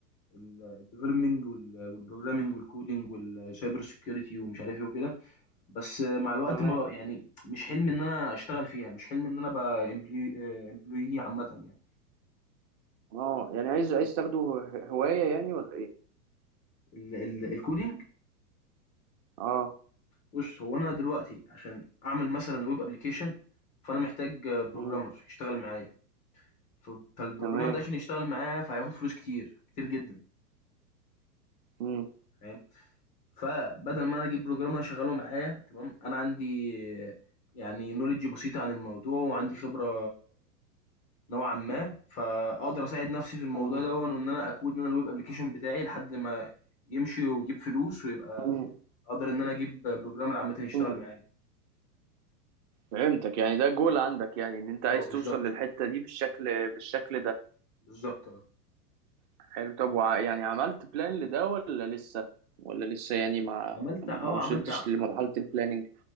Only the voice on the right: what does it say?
تمام
اه يعني عايز عايز تاخده ه- هواية يعني ولا ايه
اه
مم.
تمام
مم.
مم.
مم.
مم.
فهمتك يعني ده جول عندك يعني ان انت عايز
توصل للحتة دي بالشكل بالشكل ده
حلو طب وع- يعني عملت بلان لده ولا لسه ولا لسه يعني ما
ما
وصلتش
لمرحلة البلاننج